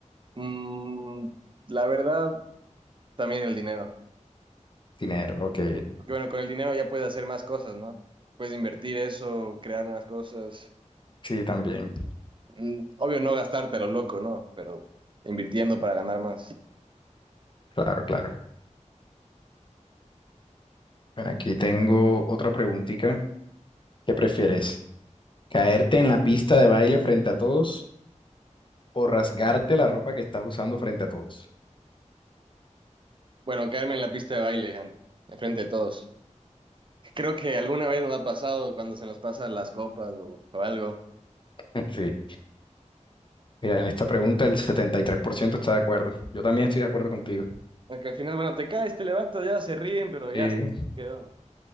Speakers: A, on the right (about 40°); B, on the left (about 40°).
A: Mm, la verdad, también el dinero.
B: Dinero, ok.
A: Porque bueno, con el dinero ya puedes hacer más cosas, ¿no? Puedes invertir eso, crear nuevas cosas.
B: Sí, también.
A: Mm, Obvio no gastártelo, loco, ¿no? Pero invirtiendo para ganar más.
B: Claro, claro. Bueno, aquí tengo otra preguntita. ¿Qué prefieres? ¿Caerte en la pista de baile frente a todos o rasgarte la ropa que estás usando frente a todos?
A: Bueno, caerme en la pista de baile, an- enfrente de todos. Creo que alguna vez nos ha pasado cuando se nos pasan las copas o, o algo.
B: <laughs> Sí. Mira, en esta pregunta el 73% está de acuerdo. Yo también estoy de acuerdo contigo.
A: Porque al final, bueno, te caes, te levantas, ya se ríen, pero ya
B: Sí,
A: se quedó.